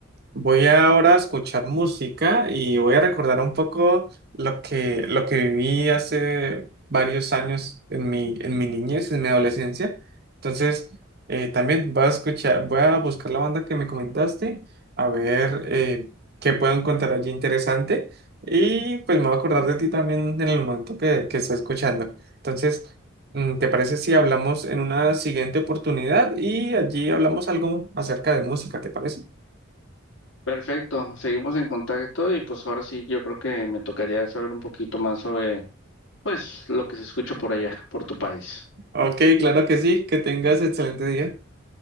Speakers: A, on the right; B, on the left.
A: Voy ahora a escuchar música y voy a recordar un poco lo que, lo que viví hace varios años en mi, en mi niñez, en mi adolescencia. Entonces, eh, también voy a escuchar, voy a buscar la banda que me comentaste, a ver eh, qué puedo encontrar allí interesante. Y pues me voy a acordar de ti también en el momento que, que esté escuchando. Entonces, mm, ¿te parece si hablamos en una siguiente oportunidad y allí hablamos algo acerca de música? ¿Te parece?
B: Perfecto, seguimos en contacto y pues ahora sí yo creo que me tocaría saber un poquito más sobre pues lo que se escucha por allá, por tu país.
A: Ok, claro que sí, que tengas excelente día.